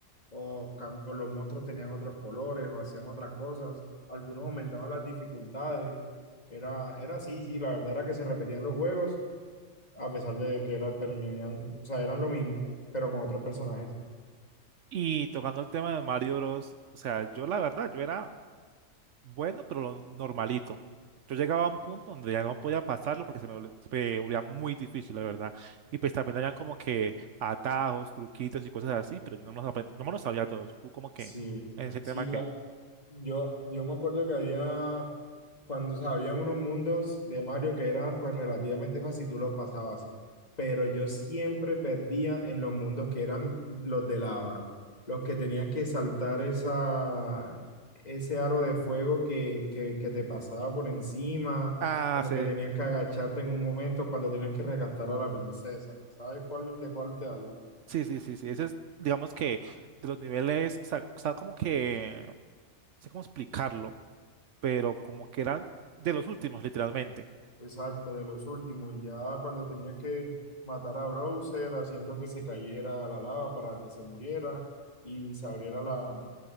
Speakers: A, on the left (about 30°); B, on the right (about 70°).
A: o, cam- o los monstruos tenían otros colores o hacían otras cosas. Algunos aumentaban las dificultades. Era, era así, sí, la verdad era que se repetían los juegos a pesar de que era, terminan, o sea, eran lo mismo, pero con otros personajes.
B: Y tocando el tema de Mario Bros, o sea, yo la verdad, yo era bueno, pero lo normalito. Yo llegaba a un punto donde ya no podía pasarlo porque se me, vol- se me volvía muy difícil, la verdad. Y pues también habían como que atajos, truquitos y cosas así, pero yo no me los, apre- no me los sabía todos. Tú como que,
A: Sí,
B: en ese
A: sí,
B: tema
A: la,
B: qué?
A: yo, yo me acuerdo que había cuando sabían unos mundos de Mario que eran pues relativamente fácil, tú los pasabas, pero yo siempre perdía en los mundos que eran los de lava, los que tenías que saltar esa, ese aro de fuego que, que, que te pasaba por encima,
B: Ah,
A: como
B: sí.
A: que tenías que agacharte en un momento cuando tenías que rescatar a la princesa. ¿Sabes cuál, de cuál te hablo?
B: Sí, sí, sí, sí. Ese es, digamos que de los niveles, o sea, o sea, como que, no sé cómo explicarlo, pero como que eran de los últimos, literalmente.
A: Exacto, de los últimos, ya cuando tenía que matar a Browser haciendo que se cayera a la lava para que se muriera y se abriera la